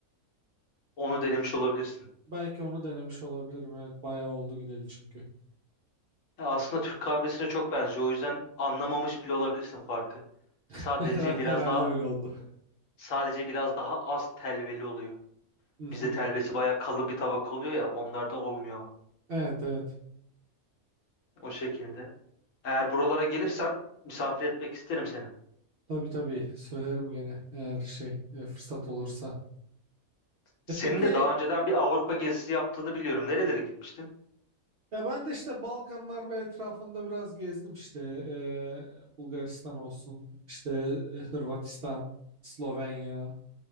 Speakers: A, on the left; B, on the right.
A: Onu denemiş olabilirsin.
B: belki onu denemiş olabilirim. Evet bayağı oldu gidelim çünkü.
A: Ya aslında Türk kahvesine çok benziyor. O yüzden anlamamış bile olabilirsin farkı.
B: <laughs>
A: Sadece
B: Her- Herhalde
A: biraz daha
B: öyle oldu.
A: sadece biraz daha az telveli oluyor.
B: Hı
A: Bizde
B: hı.
A: telvesi bayağı kalın bir tabaka oluyor ya, onlarda olmuyor
B: Evet evet.
A: o şekilde. Eğer buralara gelirsen misafir etmek isterim seni.
B: Tabii tabii söylerim gene eğer şey e, fırsat olursa.
A: Senin
B: E peki
A: de daha önceden bir Avrupa gezisi yaptığını biliyorum. Nerelere gitmiştin?
B: ya ben de işte Balkanlar ve etrafında biraz gezdim işte E, Bulgaristan olsun işte e, Hırvatistan, Slovenya,